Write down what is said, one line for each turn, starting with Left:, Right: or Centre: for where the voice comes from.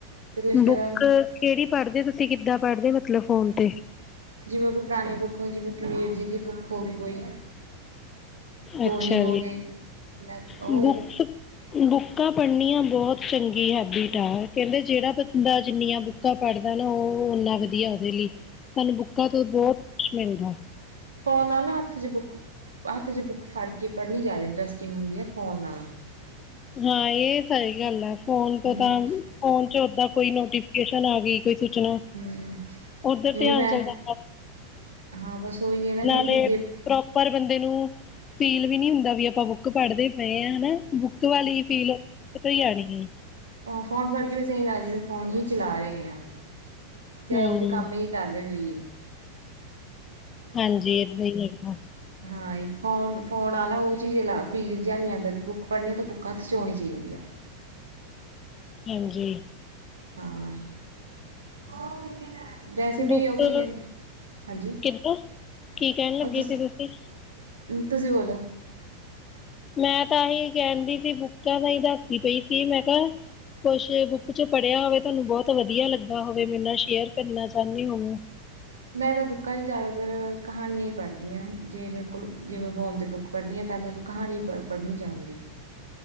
Right: ਜਦੋਂ ਇੰਸਟਾਗ੍ਰਾਮ
Left: ਬੁੱਕ ਕਿਹੜੀ ਪੜ੍ਹਦੇ ਤੁਸੀਂ ਕਿੱਦਾਂ ਪੜ੍ਹਦੇ ਮਤਲਬ ਫੋਨ ਤੇ
Right: ਜਿਵੇਂ ਕਿ ਪੁਰਾਣੀਆਂ ਬੁੱਕਾਂ ਜਿਵੇਂ ਕਿ ਵੀਰ ਜੀ ਬੁਕ ਹੋ ਗੀ ਕੋਈ ਦੋਹੇ
Left: ਅੱਛਾ
Right: ਹੋ
Left: ਜੀ
Right: ਗਏ, ਲ
Left: ਬੁੱਕਸ
Right: ਉਹ
Left: ਬੁੱਕਾਂ ਪੜ੍ਹਨੀਆਂ ਬਹੁਤ ਚੰਗੀ ਹੈਬਿਟ ਹੈ। ਕਹਿੰਦੇ ਜਿਹੜਾ ਬੰਦਾ ਜਿੰਨੀਆਂ ਕਾ ਪੜ੍ਹਦਾ ਨਾ ਉਹ ਓਨਾ ਵਧੀਆ ਉਹਦੇ ਲਈ ਸਾਨੂੰ ਬੁੱਕਾਂ ਤੋਂ ਬਹੁਤ ਕੁਛ ਮਿਲਦਾ
Right: ਫ਼ੋਨ ਨਾਲ ਨਾ ਹੱਥ 'ਚ ਬੁੱਕ ਹੱਥ ' ਬੁੱਕ ਫੜ ਕੇ ਪੜ੍ਹਨੀ ਜ਼ਿਆਦਾ ਇੰਟਰਸਟਿੰਗ ਹੁੰਦੀ ਹੈ ਫੋਨ ਨਾਲੋਂ
Left: ਹਾਂ ਇਹ ਸਹੀ ਗੱਲ ਆ ਫੋਨ ਤੋਂ
Right: ਹੂੰ
Left: ਤਾਂ ਫੋਨ ਚ ਓਦਾਂ ਕੋਈ ਨੋਟੀਫਿਕੇਸ਼ਨ ਆ ਗਈ ਕੋਈ ਸੋਚਣਾ,
Right: ਹੂੰ
Left: ਓਧਰ
Right: ਨਹੀਂ
Left: ਧਿਆਨ
Right: ਮੈਂ
Left: ਚੱਲਦਾ
Right: ਹਾਂ ਬਸ ਉਹੀ ਹੈ ਨਾ
Left: ਨਾਲੇ
Right: ਵੀ ਜੇ
Left: ਪ੍ਰੋਪਰ ਬੰਦੇ ਨੂੰ ਫੀਲ ਵੀ ਨਹੀਂ ਹੁੰਦਾ ਵੀ ਆਪਾਂ ਬੁੱਕ ਪੜ੍ਹਦੇ ਪਏ ਹਾਂ ਹਨਾ। ਬੁੱਕ ਵਾਲੀ ਫੀਲ, ਬੁਕ ਤੋਂ ਹੀ ਆਣੀ ਏ।
Right: ਹ ਫੋਨ ਫੜ ਕੇ ਵੈਸੇ ਲੈ ਫੋਨ ਹੀ ਚਲਾ ਰਹੇ ਹਾਂ। ਚਾਹੇ
Left: ਹਮ
Right: ਉਹ ਚ ਕੰਮ ਹੀ ਕਰ ਰਹੇ ਹੋਈਏ ਹ <inaudible>
Left: ਹਾਂਜੀ, ਏਦਾਂ ਹੀ ਹੈਗਾ।
Right: ਹਾਂ ਫੋ ਫੋਨ ਵਾਲਾ ਉਹ ਚੀਜ਼ ਫੀਲ ਜਹਾ ਨਹੀਂ ਆਉਂਦਾ, ਵੀ ਬੁੱਕ ਪੜ੍ਹਨੀ ਆ ਤੇ ਬੁੱਕਾਂ ਹੱਥ ਚ ਹੋਣੀ ਚਾਹੀਦੀ ਆਂ।
Left: ਹਾਂਜੀ
Right: ਹਾਂ ਵੈਸੇ ਵੀ
Left: ਬੁੱਕ
Right: ਉਹ ਕੀ ਕਹਿੰ ਹਾਂਜੀ
Left: ਕਿੱਦਾਂ ਕੀ ਕਹਿਣ ਲੱਗੇ
Right: ਤੁ
Left: ਸੀ ਤੁਸੀਂ
Right: ਤੁਸੀਂ ਬੋਲੋ।
Left: ਮੈਂ ਤਾਂਹੀ ਕਹਿੰਦੀ ਸੀ ਬੁੱਕਾਂ ਦਾ ਹੀ ਦੱਸਦੀ ਪਈ ਸੀ ਮੈਂ ਕਿਹਾ ਕੁਛ ਬੁੱਕ ਚ ਪੜ੍ਹਿਆ ਹੋਵੇ ਤੁਹਾਨੂੰ ਬਹੁਤ ਵਧੀਆ ਲੱਗਾ ਹੋਵੇ ਮੇਰੇ ਨਾਲ ਸ਼ੇਅਰ ਕਰਨਾ ਚਾਹਣੇ ਹੋਵੋ।
Right: ਮੈਂ ਤਾਂ ਬੁੱਕਾਂ ਚ ਜ਼ਿਆਦਾਤਰ ਕਹਾਣੀਆਂ ਈ ਪੜ੍ਹਦੀ ਆਂ, ਜੇ ਮੇਰੇ ਕੋਲ ਜੇ ਮੈਂ ਫੋਨ ਤੇ ਬੁੱਕ ਪੜ੍ਹਨੀ ਹਾਂ ਤਾਂ ਮੇਰੇ ਕੋਲ ਕਹਾਣੀ ਪ ਪੜ੍ਹਨੀ ਚਾਹੂੰਗੀ।